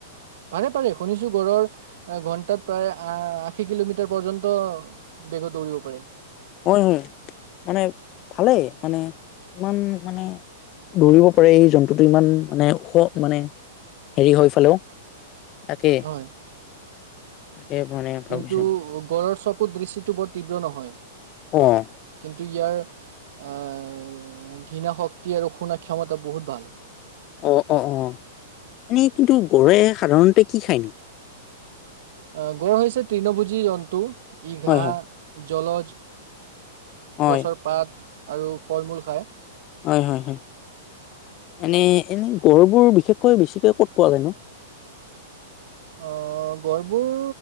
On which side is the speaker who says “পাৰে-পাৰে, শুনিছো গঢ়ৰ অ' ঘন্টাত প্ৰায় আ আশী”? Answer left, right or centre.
Right